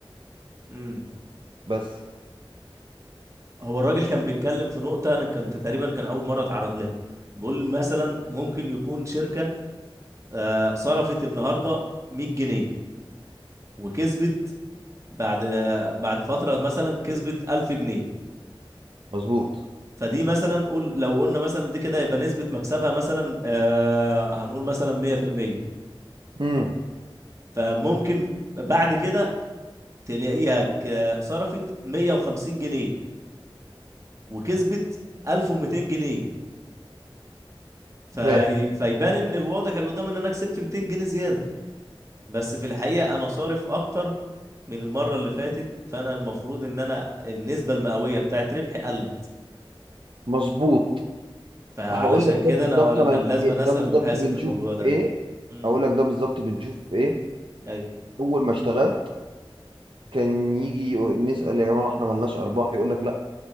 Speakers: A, on the right (about 35°); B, on the right (about 65°).
A: امم
B: بس
A: هو الراجل كان بيتكلم في نقطة أنا كنت تقريبا كان أول مرة أتعرض لها بيقول مثلا ممكن يكون شركة آه، صرفت النهاردة 100 جنيه وكسبت بعد آه، بعد فترة مثلا كسبت 1000 جنيه
B: مظبوط
A: فدي مثلا قول لو قلنا مثلا دي كده يبقى نسبة مكسبها مثلا آه، هنقول مثلا 100%
B: امم
A: فممكن بعد كده تلاقيها ك- صرفت 150 جنيه وكسبت 1200 جنيه في...
B: فاهم
A: فيبان ان الواضح اللي قدام ان انا كسبت 200 جنيه زيادة بس في الحقيقة أنا صارف أكتر من المرة اللي فاتت فأنا المفروض إن أنا النسبة المئوية بتاعت ربحي قلت
B: مظبوط
A: فعلشان
B: هقول لك ده
A: كده
B: بالظبط
A: أنا ولا
B: انا
A: كان لازم
B: ده
A: أنا أسأل
B: بالظبط
A: محاسب
B: بنشوفه
A: في الموضوع
B: في
A: ده
B: ايه
A: امم
B: هقول لك ده بالظبط بنشوفه في ايه
A: أيوه
B: اول ما اشتغلت كان يجي يقول- نسال يا جماعه احنا ملناش ارباح يقول لك لا